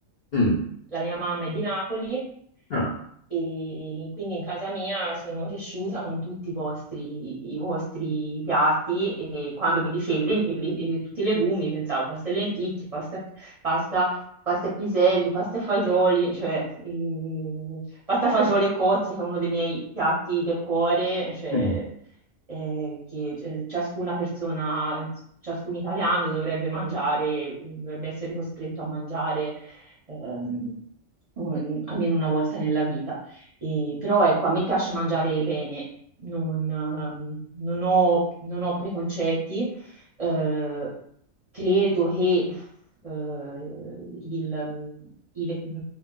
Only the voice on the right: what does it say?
la mia mamma è di Napoli
e quindi in casa mia sono cresciuta con tutti i vostri, i vostri piatti e quando mi dicevi len- e le- e tutti i legumi pensavo pasta e lenticchie, pasta, pasta, pasta e piselli, pasta e fagioli, cioè ehm, pasta, fagioli e cozze che è uno dei miei piatti del cuore, cioè,
eh, che eh, ciascuna persona, ciascun italiano dovrebbe mangiare, dovrebbe essere costretto a mangiare ehm, un- almeno una volta nella vita. E- però ecco, a me piace mangiare bene, non, ehm, non ho, non ho preconcetti. Eh, credo che eh, il- mm, i-